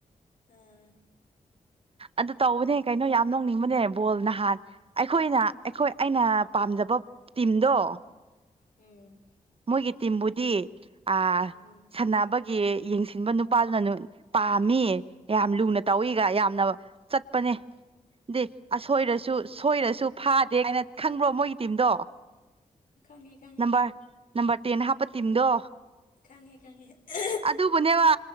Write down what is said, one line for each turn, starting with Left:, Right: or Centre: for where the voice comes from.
Left: ꯑꯥ
Right: ꯑꯗꯨ ꯇꯧꯕꯅꯦ ꯀꯩꯅꯣ
Left: ꯑꯗꯨꯅꯦ
Right: ꯌꯥꯝ ꯅꯣꯡꯅꯤꯡꯕꯅꯦꯕ ꯕꯣꯜ ꯅꯍꯥꯟ ꯑꯩꯈꯣꯏꯅ ꯑꯩꯈꯣꯏ ꯑꯩꯅ ꯄꯥꯝꯖꯕ ꯇꯤꯝꯗꯣ
Left: ꯎꯝ
Right: ꯃꯣꯏꯒꯤ ꯇꯤꯝꯕꯨꯗꯤ ꯑꯥ
Left: ꯎꯝ
Right: ꯁꯥꯟꯅꯕ ꯒꯤ ꯌꯦꯡꯁꯤꯟꯕ ꯅꯨꯄꯥꯗꯨꯅ ꯄꯥꯝꯃꯤ ꯌꯥꯝ ꯂꯨꯅ
Left: ꯎꯝ
Right: ꯇꯧꯏꯒ ꯌꯥꯝꯅ ꯆꯠꯄꯅꯦ ꯗꯤ ꯑꯁꯣꯏꯔꯁꯨ ꯁꯣꯏꯔꯁꯨ ꯐꯥꯗꯦ ꯀꯥꯏꯅ ꯈꯪꯕ꯭ꯔꯣ ꯃꯣꯏꯒꯤ ꯇꯤꯝꯗꯣ
Left: ꯈꯪꯉꯦ ꯈꯪꯉꯦ
Right: ꯅꯝꯕꯔ ꯅꯝꯕꯔ ꯇꯦꯟ ꯍꯥꯞꯄ ꯇꯤꯝꯗꯣ
Left: ꯈꯪꯉꯦ ꯈꯪꯉꯦ ꯑꯥ
Right: ꯑꯗꯨꯕꯨꯅꯦꯕ